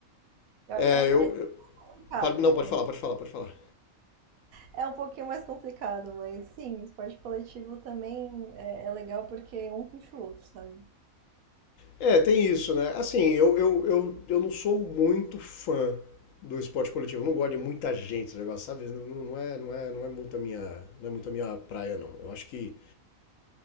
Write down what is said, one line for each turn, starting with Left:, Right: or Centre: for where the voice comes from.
Right: Eu- É
Left: É,
Right: mais
Left: eu. eu-
Right: complicado,
Left: pode- não,
Right: mas
Left: pode falar, pode falar, pode falar.
Right: É um pouquinho mais complicado, mas sim, esporte coletivo também é, é legal porque um puxa o outro, sabe?
Left: É, tem isso, né? Assim, eu, eu, eu, eu não sou muito fã do esporte coletivo. Eu não gosto de muita gente, esse negócio, sabe? Não, não é, não é, não é muito a minha, não é muito a minha praia, não. Eu acho que